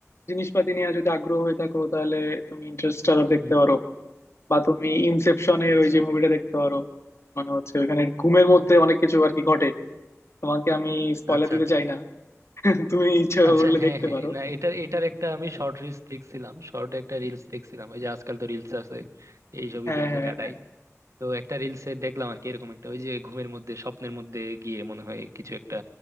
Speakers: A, on the left; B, on the right.
A: জিনিসপাতি নিয়ে যদি আগ্রহ হয়ে থাকো তাহলে তুমি ইন্টারস্টেলার দেখতে
B: হুম
A: পারো
B: হুম।
A: বা তুমি ইনসেপশনের
B: আচ্ছা
A: ওই যে মুভিটা দেখতে পারো মানে হচ্ছে ওখানে ঘুমের মধ্যে অনেক কিছু আর কি ঘটে তোমাকে আমি স্পয়লার
B: আচ্ছা
A: দিতে
B: আচ্ছা
A: চাই না <laughs> তুমি ইচ্ছা
B: আচ্ছা
A: করলে
B: হ্যাঁ
A: দেখতে
B: হ্যাঁ
A: পারো
B: না এটার এটার একটা আমি শর্ট রিলস দেখছিলাম শর্ট একটা রিলস দেখছিলাম ওই যে আজকাল তো রিলস আছে এই ছবি
A: হ্যাঁ
B: দেখে
A: হ্যাঁ
B: কাটাই
A: হ্যাঁ
B: তো একটা রিলসে দেখলাম আর কি এরকম একটা ওই যে ঘুমের মধ্যে স্বপ্নের মধ্যে গিয়ে মনে হয় কিছু একটা